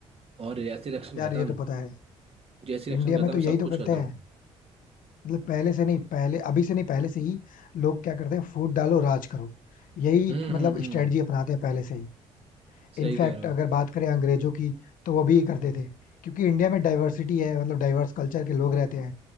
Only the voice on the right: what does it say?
और जैसे इलेक्शन
खत्म
जैसे इलेक्शन
खत्म
सब
कुछ
खत्म
हम्म
हम्म हम्म
सही
कह रहे हो